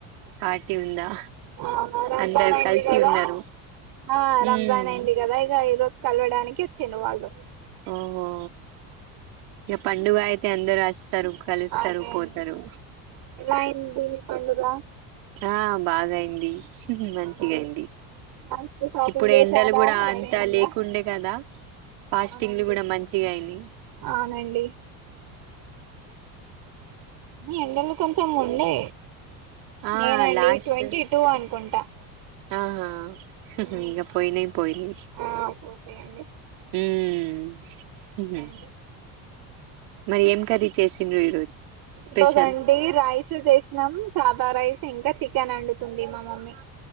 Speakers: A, on the right (about 80°); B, on the right (about 55°).
A: పార్టీ ఉందా
B: అవునా రంజాన్
A: అందరు
B: అయింది
A: కలిసి
B: కదా
A: ఉన్నారు
B: ఆ రంజాన్
A: ఉమ్
B: అయింది గాద ఇగ ఈరోజు కలవడానికి వచ్చిండ్రు వాళ్ళు
A: ఓహో పండుగైతే అందరు అస్ స్తారు కలుస్తారు
B: అదే
A: పోతారు
B: అండి ఎలా అయింది మీ పండుగ
A: ఆ బాగా అయింది మంచిగా
B: అవునండి
A: అయింది
B: మస్తు షాపింగ్
A: ఇప్పుడు
B: చేసారా
A: ఎండలు గూడా
B: రెడీ
A: అంతా
B: అయిందా
A: లేకుండే గాదా ఫాస్
B: అవునండి
A: స్టింగ్ళ్ళు గూడా మంచిగా అయింది
B: అవునండి ఈ ఎండలు కొంచెం ఉండే
A: ఆ
B: లేదండి
A: లాస్ట్
B: ట్వంటీ టూ అనుకుంటా
A: ఆహా
B: హ్మ్.
A: ఇగా పోనైయ్ పోయినయ్
B: ఆ పోతాయండి
A: హుమ్
B: ఓకే
A: హు మ్
B: అండి
A: మరి ఏం కర్రీ చేసిండ్రు ఈరోజు
B: ఈరోజు
A: స్పెషల్
B: అండి రైస్ చేసినాం సాదా రైస్ ఇంకా చికెన్ అండి తుంది మా మమ్మీ